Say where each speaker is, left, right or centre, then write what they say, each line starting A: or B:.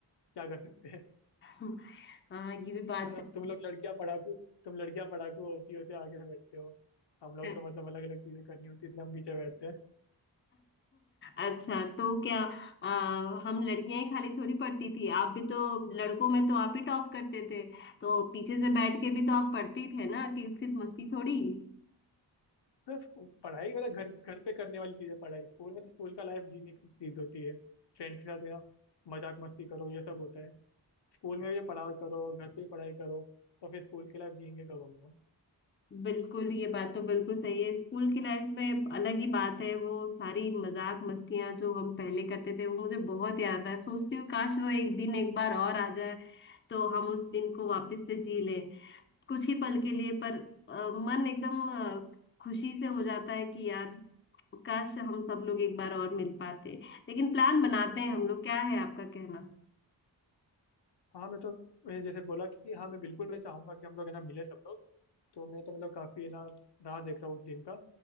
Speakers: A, on the left; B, on the left.
A: क्या कर सकते हैं
B: <laughs> हाँ ये भी
A: <laughs>
B: बात
A: मतलब
B: सही
A: तुम लोग लड़कियां पढ़ाकू तुम लड़कियां पढ़ाकू होती होती आगे बैठते हो हम लोग
B: है
A: को मतलब अलग अलग चीजें करनी होती है इसलिए हम पीछे बैठते हैं
B: अच्छा तो क्या आ, हम लड़कियां ही खाली थोड़ी पढ़ती थी आप भी तो लड़कों में तो आप ही टॉप करते थे तो पीछे से बैठ के भी तो आप पढ़ती थे ना कि सिर्फ मस्ती थोड़ी
A: सिर्फ पढ़ाई मतलब घर घर पे करने वाली चीजें पढ़ाई स्कूल में तो स्कूल का लाइफ जीने की चीज होती है फ्रेंड के साथ यहाँ मजाक मस्ती करो ये सब होता है स्कूल में भी पढ़ाई करो घर पे भी पढ़ाई करो तो फिर स्कूल की लाइफ जियेंगे कब हम लोग
B: बिल्कुल ये बात तो बिल्कुल सही है स्कूल की लाइफ में अलग ही बात है वो सारी मजाक मस्तियां जो हम पहले करते थे वो मुझे बहुत याद आता है सोचती हूँ काश वो एक दिन एक बार और आ जाए तो हम उस दिन को वापस से जी ले कुछ ही पल के लिए पर अ, मन एकदम अ, खुशी से हो जाता है कि यार काश हम सब लोग एक बार और मिल पाते लेकिन प्लान बनाते हैं हम लोग क्या है आपका कहना
A: हाँ मैं तो मैं जैसे बोला कि हाँ मैं बिल्कुल मैं चाहूंगा कि हम लोग है ना मिले सब लोग तो मैं तो मतलब काफी है ना राह देख रहा हूँ उस दिन का